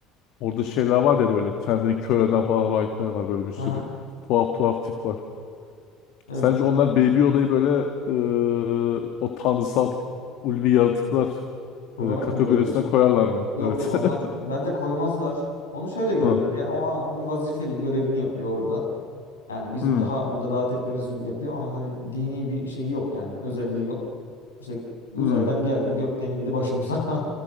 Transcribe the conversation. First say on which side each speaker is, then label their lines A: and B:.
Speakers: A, on the left (about 55°); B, on the left (about 80°).
A: orada şeyler var ya böyle kendini kör eden falan rahipler var böyle bir sürü.
B: aha,
A: Tuhaf tuhaf tip var.
B: evet
A: Sence onlar Baby Yoda'yı böyle e, o tanrısal ulvi yaratıklar
B: olarak
A: e, kategorisine
B: mı görülür?
A: koyarlar mı?
B: Yok
A: Evet.
B: yok onlar
A: <laughs>
B: bence koymazlar. Onu şöyle görürler
A: Ha.
B: ya o a- bir vazifeli görevini yapıyor orada. Yani bizim
A: Hmm,
B: daha burada rahat etmemiz için yapıyor. Onun hani dini bir şeyi yok yani. Özelliği yok. İşte uzaydan
A: hmm,
B: geldi, gökten indi başımıza. <laughs>